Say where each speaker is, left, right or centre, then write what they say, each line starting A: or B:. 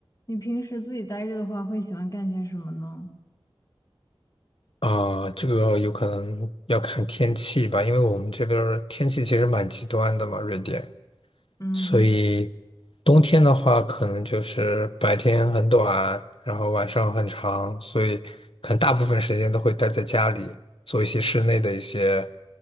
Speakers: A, on the left; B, on the left.
A: 你平时自己待着的话，会喜欢干些什么呢？
B: 啊，这个有可能要看天气吧，因为我们这边儿天气其实蛮极端的嘛，瑞典，
A: 嗯，
B: 所以冬天的话，可能就是白天很短，然后晚上很长，所以可能大部分时间都会待在家里，做一些室内的一些